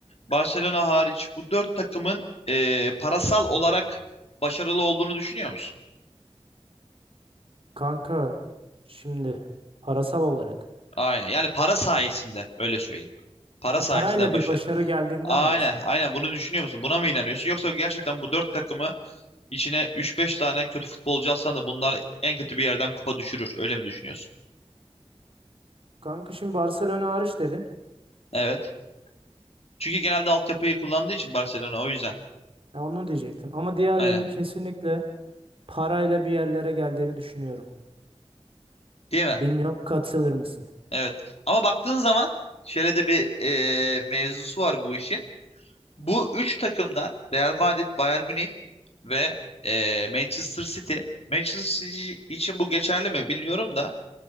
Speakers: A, on the left (about 65°); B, on the right (about 55°).
A: Barcelona hariç bu dört takımın e, parasal olarak başarılı olduğunu düşünüyor musun?
B: Kanka şimdi parasal olarak.
A: Aynen yani para sayesinde öyle söyleyeyim. Para
B: Ha,
A: sayesinde
B: parayla
A: başarı.
B: bir başarı geldiğinden
A: Aynen,
B: bahsedin.
A: aynen bunu düşünüyor musun? Buna mı inanıyorsun? Yoksa gerçekten bu dört takımı içine üç beş tane kötü futbolcu alsan da bunlar en kötü bir yerden kupa düşürür. Öyle mi düşünüyorsun?
B: Kanka şimdi Barcelona hariç dedin.
A: Evet. Çünkü genelde altyapıyı kullandığı için Barcelona o yüzden.
B: Ha, onu diyecektim. Ama diğerlerini
A: Aynen.
B: kesinlikle parayla bir yerlere geldiğini düşünüyorum.
A: Değil mi?
B: Bilmiyorum katılır mısın?
A: Evet. Ama baktığın zaman şöyle de bir eee, mevzusu var bu işin. Bu üç takımdan Real Madrid, Bayern Münih ve eee, Manchester City. Manchester City için bu geçerli mi bilmiyorum da